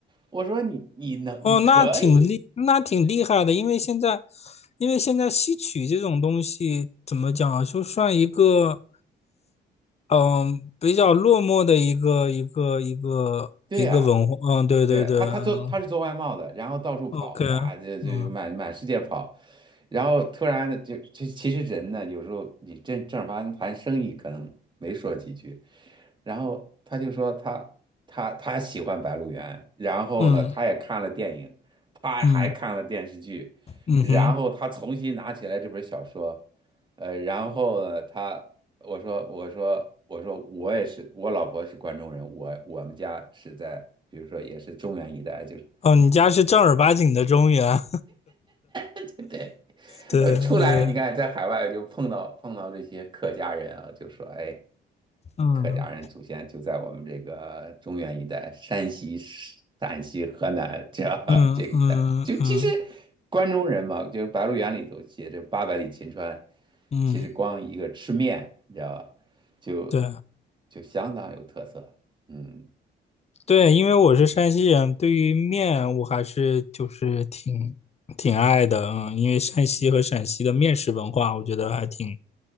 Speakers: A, on the right (about 25°); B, on the left (about 30°).
A: 我说你你能你可以，
B: 哦，那挺厉，那挺厉害的，因为现在，因为现在戏曲这种东西怎么讲啊就算一个嗯比较落寞的一个一个一个一个文化，
A: 对呀、
B: 嗯，对对对，
A: 对呀、他他做他是做外贸的，
B: 嗯
A: 然后到处跑啊，
B: ，OK，
A: 这这就满满世界跑，
B: 嗯
A: 然后突然就其其实人呢，有时候你正正儿八经谈生意可能没说几句，然后他就说他他他喜欢《白鹿原》，然后呢，
B: 嗯
A: 他也看了电影，他还看了电视剧，
B: 嗯嗯哼。
A: 然后他重新拿起来这本小说，呃，然后呢，他。我说我说我说我也是，我老婆是关中人，我我们家是在比如说也是中原一带，就是
B: 哦，你家是正儿八经的中原，
A: <laughs> 对，
B: 对，
A: 呃，出来你看，
B: 呃，
A: 在海外就碰到碰到这些客家人啊，就说，哎，
B: 嗯
A: 客家人祖先就在我们这个中原一带，山西、陕西、河南这 <laughs>
B: 嗯嗯嗯
A: 这一带，就其实关中人嘛，就是《白鹿原》里头写着八百里秦川，
B: 嗯，
A: 其实光一个吃面，你知道吧，就
B: 对
A: 就相当有特色，嗯
B: 对，因为我是山西人，对于面我还是就是挺挺爱的，嗯，因为山西和陕西的面食文化，我觉得还挺，